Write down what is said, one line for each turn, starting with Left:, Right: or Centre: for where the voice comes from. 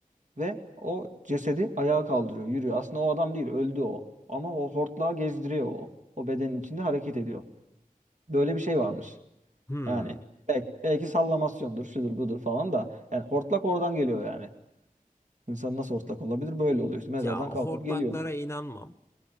Right: Ve o cesedi ayağa kaldırıyor, yürüyor. Aslında o adam değil, öldü o. Ama o hortlağı gezdiriyor o. O bedenin içinde hareket ediyor. Böyle bir şey varmış.
Left: hmm.
Right: Yani belki, belki sallamasyondur, şudur budur falan da. Yani hortlak oradan geliyor yani. İnsan nasıl hortlak olabilir? Böyle
Left: E,
Right: oluyor işte. Mezardan
Left: Ya
Right: kalkıp
Left: hortlaklara
Right: geliyor.
Left: inanmam.